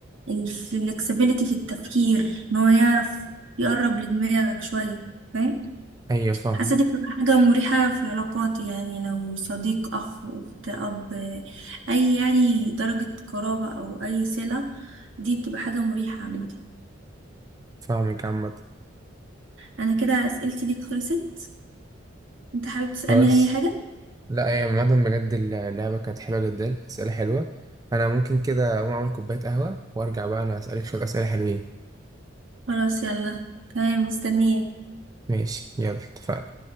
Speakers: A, on the right (about 70°); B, on the right (about 20°).
A: الفلكسبيليتي في التفكير ان هو يعرف يقرب لدماغك شوية فاهم
B: أيوة فاهمك
A: حاسة دي بتبقى حاجة مريحة في العلاقات يعني لو صديق أخ أخت أب أي يعني درجة قرابة أو أي صلة دي بتبقى حاجة مريحة عامة
B: فاهمك عامة
A: أنا كده أسئلتي ليك خلصت أنت حابب تسألني
B: خلاص
A: أي حاجة؟
B: لا هي عامة بجد اللعبة كانت حلوة جدا أسئلة حلوة أنا ممكن كده أقوم أعمل كوباية قهوة وأرجع بقى أنا أسألك شوية أسئلة حلوين
A: خلاص يلا تمام مستنية
B: ماشي يلا اتفقنا